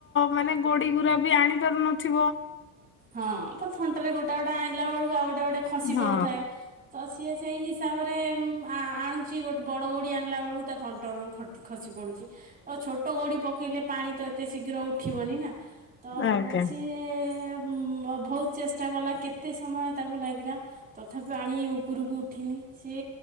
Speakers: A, on the left (about 35°); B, on the right (about 25°).
A: ମାନେ ଗୋଡି ଗୁରା ବି ଆଣି ପାରୁନଥିବ?
B: ହଁ ତ ଥଣ୍ଟରେ ଗୋଟା ଗୋଟା ଆଣିଲା ବେଳୁକୁ ଆଉ ଗୋଟେ ଗୋଟେ ଖସି
A: ହଁ
B: ପଡୁଥାଏ। ତ ସିଏ ସେଇ ହିସାବରେ ଆଣୁଛି ଗୋଟେ ବଡ ଗୋଡି ଆଣିଲା ବେଳକୁ ତା ଅଣ୍ଟରରୁ ଖ ଖସି ପଡୁଛି, ଆଉ ଛୋଟ ଗୋଡି ପକେଇଲେ ପାଣି ତ ଏ ଏତେ ଶୀଘ୍ର ଉଠିବନି ନା, ତ
A: ଆଜ୍ଞା।
B: ସିଏ ଉଁ ବହୁତ ଚେଷ୍ଟା କଲା କେତେ ସମୟ ତାକୁ ଲାଗିଲା ତଥାପି ପାଣି ଉପରକୁ ଉଠିନି ସେ